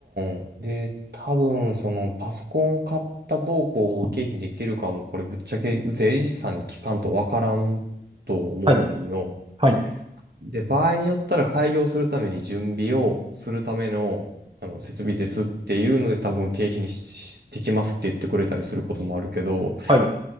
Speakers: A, on the right; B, on the right.
A: うんで、多分、その、パソコン買ったどうこう経費にできるかも、これぶっちゃけ税理士さんに聞かんとわからんと思うんよ。
B: はい。はい。
A: で、場合によったら開業するために準備をするための、あの、設備ですっていうので、多分経費にしできますって言ってくれたりすることもあるけど、
B: はい。